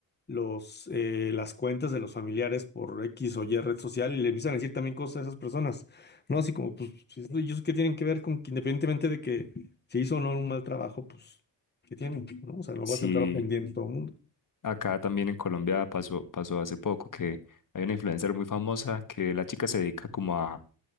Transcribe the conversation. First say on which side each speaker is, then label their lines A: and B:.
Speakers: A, on the left; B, on the left.
A: los, eh, las cuentas de los familiares por X o Y red social y le empiezan a decir también cosas a esas personas, ¿no? Así como, pues, si es- ellos qué tienen que ver con que independientemente de que se hizo o no un mal trabajo, pues, ¿qué tienen? ¿No? O sea, no
B: sí
A: vas a andar ofendiendo a todo el mundo.
B: Acá también en Colombia pasó, pasó hace poco que hay una influencer muy famosa que la chica se dedica como a,